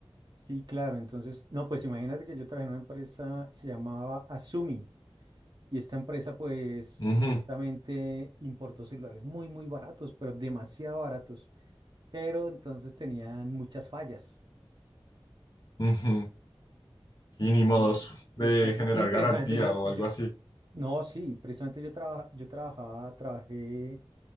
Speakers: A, on the right (about 50°); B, on the left (about 50°).
A: Sí, claro. Entonces, no, pues imagínate que yo trabajé en una empresa, se llamaba Asumi, y esta empresa pues
B: Ujú,
A: precisamente importó celulares muy, muy baratos, pero demasiado baratos. Pero entonces tenían muchas fallas.
B: ujú. Y
A: Entonces,
B: ni modos
A: exacto.
B: de generar
A: Y precisamente
B: garantía
A: yo,
B: o
A: yo,
B: algo así.
A: no, sí, precisamente yo, traba- yo trabajaba, trabajé